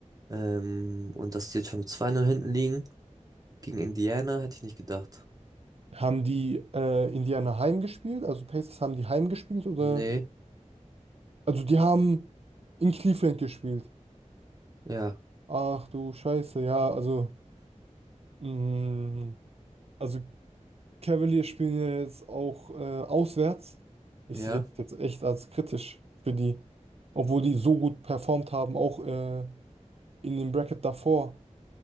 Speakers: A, on the right (about 30°); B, on the right (about 55°).
A: Ähm, und dass die jetzt schon zwei Null hinten liegen. Gegen Indiana hätte ich nicht gedacht.
B: Haben die äh, Indiana heimgespielt? Also Pacers haben die heimgespielt oder?
A: Nee,
B: Also die haben in Cleveland gespielt.
A: ja,
B: Ach du Scheiße, ja, also. hm, also. Cavaliers spielen ja jetzt auch äh, auswärts. Ich
A: ja.
B: sehe das jetzt echt als kritisch für die. Obwohl die so gut performt haben, auch äh, in dem Bracket davor,